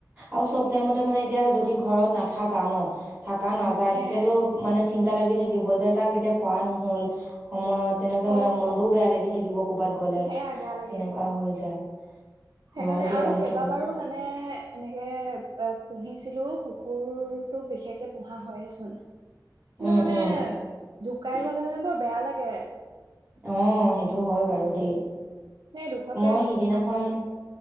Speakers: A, on the right; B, on the right.
A: আৰু চব টাইমতে মানে এতিয়া যদি ঘৰত নাথাকা ন' থাকা নাযায়
B: সেয়াই
A: তেতিয়াতো
B: অ
A: মানে চিন্তা লাগি থাকিব যে তাক এতিয়া খোৱা নহল সময়ত তেনেকে
B: অ
A: মানে মনটোও বেয়া লাগি থাকিব ক'বাত গ'লে
B: সেয়াই বেয়া লাগে
A: তেনেকুৱা হৈ যায়। হয়
B: সেইকাৰণে
A: দিয়া
B: আৰু
A: সেইটো
B: কে বা
A: হয়।
B: বাৰো মানে এনেকে <unintelligible> পুহিছিলো কুকুৰতটো বিশেষকে পোহা হয়েচোন। কিন্তু
A: উম,
B: মানে
A: উম।
B: ঢুকাই গলে মানে বৰ বেয়া লাগে।
A: অঁ, সেইটো হয় বাৰু দেই।
B: ন দুখতে
A: মই
B: নুপূহাই
A: সিদিনাখন
B: হলো।